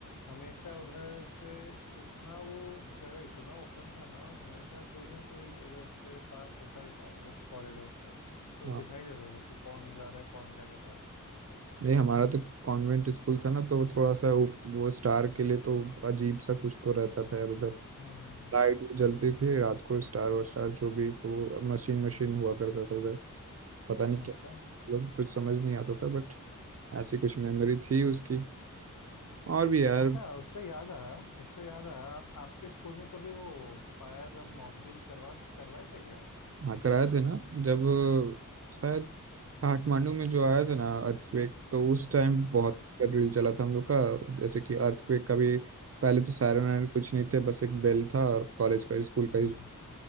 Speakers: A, on the left; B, on the right.
A: हमेशा उधर से इतना वो जगह इतना ओपन था ना और हमेशा कोई ना कोई उधर से पास होता ही था उस कॉरिडोर से तो
B: हाँ
A: दिखाई देता था कि कौन जा रहा है कौन क्या कर रहा है
B: नहीं हमारा तो कॉन्वेंट स्कूल था ना तो थोड़ा सा वो, वो स्टार के लिए तो अजीब सा कुछ तो रहता था यार उधर
A: हम्म हम्म हम्म
B: लाइट वो जलती थी रात को स्टार वार जो भी तो मशीन मशीन हुआ करता था उधर पता नहीं
A: अच्छा
B: क्या लोग कुछ समझ नहीं आता था बट ऐसी कुछ मेमोरी थी उसकी और भी यार
A: अच्छा उससे याद आया उससे याद आया आपके स्कूल में कभी वो फायर मॉक ड्रिल करवा करवाए थे क्या
B: हाँ कराए थे ना जब शायद काठमांडू में जो आया था ना अर्थक्वेक तो उस टाइम बहुत
A: हाँ
B: ड्रिल चला था हम लोग का जैसे कि अर्थक्वेक का भी पहले तो सायरन वायरन कुछ नहीं थे बस एक बेल था कॉलेज का स्कूल का
A: हम्म
B: ही
A: हम्म,